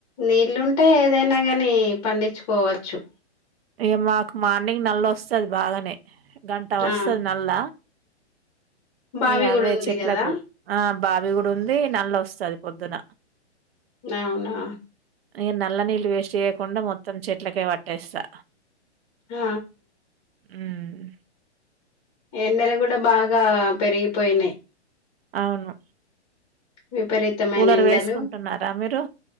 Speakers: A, on the left; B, on the right.
A: నీళ్లుంటే ఏదైనా గాని పండిచ్చుకోవచ్చు
B: ఏ మాకు మార్నింగ్ నల్ల వస్తది బాగానే దాంటో వస్తది
A: ఆ
B: నల్ల
A: బావి
B: ఇగ అవే
A: కూడా ఉంది
B: చెట్లకు
A: కదా
B: ఆం బావి కూడా ఉంది నల్ల వస్తది పొద్దున
A: అవునా
B: ఇగ నల్ల నీళ్ళు వేస్ట్ చేయకుండా మొత్తం చెట్లకే పట్టేస్తా
A: ఆ
B: ఉమ్మ్
A: ఎండలు కూడా బాగా పెరిగిపోయినాయి
B: అవును
A: విపరీతమైన
B: కూలర్
A: ఎండలు
B: వేసుకుంటున్నారా మీరు